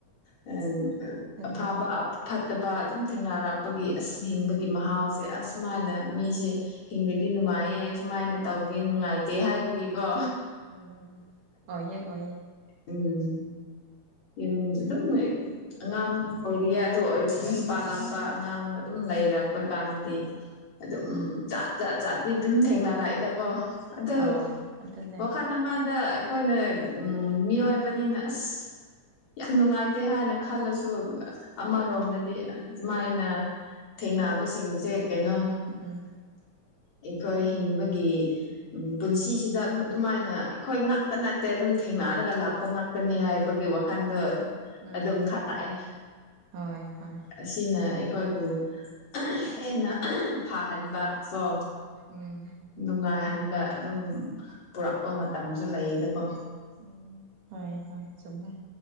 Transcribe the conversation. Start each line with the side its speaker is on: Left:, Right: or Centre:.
Left: ꯎꯝ
Right: ꯑꯗꯨꯅꯦ
Left: ꯑꯐꯥꯕ ꯐꯠ ꯐꯠꯇꯕ ꯑꯗꯨꯝ ꯊꯦꯡꯅꯔꯛꯄꯒꯤ ꯑꯁ ꯍꯤꯡꯕꯒꯤ ꯃꯍꯥꯎꯁꯦ ꯑꯁ ꯁꯨꯃꯥꯏꯅ ꯃꯤꯁꯦ ꯍꯤꯡꯕꯗꯤ ꯅꯨꯡꯥꯏ ꯅꯨꯡꯉꯥꯏꯌꯦ ꯁꯨꯃꯥꯏꯅ ꯇꯧꯗꯤ ꯅꯨꯡꯉꯥꯏꯇꯦ ꯍꯥꯏꯕꯒꯤꯀꯣ
Right: ꯎꯝ ꯑꯣꯏꯌꯦ ꯑꯣꯏꯌꯦ
Left: ꯎꯪꯎ ꯎꯪꯎ ꯑꯗꯨꯝ ꯑꯉꯥꯡ ꯑꯣꯏꯔꯤꯌꯦ ꯑꯗꯨꯑꯣꯏꯔꯁꯨ ꯌꯨꯝ ꯄꯥꯜꯂꯛꯄ ꯑꯉꯥꯡ ꯑꯗꯨꯝ ꯂꯩꯔꯛꯄꯀꯥꯟꯗꯗꯤ ꯑꯗꯨꯝ
Right: ꯎꯝ
Left: ꯖꯥꯠꯖꯥꯠ ꯖꯥꯇꯤ ꯑꯗꯨꯝ ꯊꯦꯡꯅꯔꯛꯏꯗꯀꯣ ꯑꯥꯗꯨ
Right: ꯑꯥꯎ ꯑꯗꯨꯅꯦ
Left: ꯋꯥꯈꯟ ꯑꯃ ꯗ ꯑꯩꯈꯣꯏꯅ ꯃꯤꯑꯣꯏꯕꯅꯤꯅ ꯑꯥꯁ ꯌꯥꯝꯅꯨꯡꯉꯥꯏꯇꯦ ꯍꯥꯏꯅ ꯈꯜꯂꯁꯨ ꯑꯃꯔꯣꯝꯗꯗꯤ ꯃꯥꯏꯅ ꯊꯦꯡꯅꯕꯁꯤꯡꯖꯦ ꯀꯩꯅꯣ
Right: ꯎꯝ
Left: ꯑꯩꯈꯣꯏ ꯍꯤꯡꯕꯒꯤ ꯎꯝ ꯄꯨꯟꯁꯤꯁꯤꯗ ꯑꯗꯨꯃꯥꯏꯅ ꯑꯩꯈꯣꯏ ꯉꯛꯇꯅꯠꯇꯦ ꯑꯗꯨꯝ ꯊꯦꯡ ꯅꯥꯔꯒ ꯂꯥꯛꯄꯉꯥꯛꯇꯅꯤ ꯍꯥꯏꯕꯒꯤ ꯒꯤ ꯋꯥꯈꯜꯗꯣ
Right: ꯎꯝ
Left: ꯑꯗꯨꯝ ꯈꯜ ꯂꯛꯑꯦ
Right: ꯍꯣꯏ ꯍꯣꯏ
Left: ꯑꯁꯤꯅ ꯑꯩꯈꯣꯏꯕꯨ ꯑꯥꯍꯪ ꯍꯦꯟꯅ ꯐꯍꯟꯕꯥ ꯀꯣ
Right: ꯎꯝ
Left: ꯅꯨꯡꯉꯥꯢꯍꯟ ꯈꯟꯕ ꯑꯗꯨꯝ ꯄꯨꯔꯛꯄ ꯃꯇꯝꯖꯨ ꯂꯩꯗꯀꯣ
Right: ꯎꯪ ꯍꯣꯏ ꯍꯣꯏ ꯆꯨꯝꯃꯦ